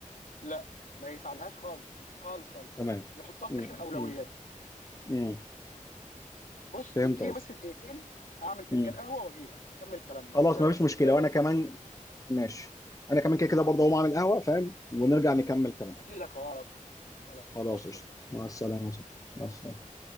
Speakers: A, on the left (about 80°); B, on the left (about 25°).
A: لا ما يسعلهاش خالص خالص خالص
B: تمام
A: يحطها في
B: مم،
A: اخر اولويات
B: مم، مم.
A: بص
B: فهمت
A: اديني
B: قصدي
A: بس دقيقتين اعمل فنجان
B: مم.
A: قهوه واجي لك نكمل كلامنا
B: خلاص
A: لان انا
B: مفيش
A: بس
B: مشكلة
A: مدروخ
B: وانا كمان ماشي انا كمان كده كده برضه هقوم اعمل قهوة فاهم ونرجع نكمل كلام
A: هجي لك اهو على طول خلاص
B: خلاص
A: ماشي يا
B: قشطة
A: صديقي
B: مع السلامة يا صاحبي. مع
A: مع
B: السلامة
A: السلامه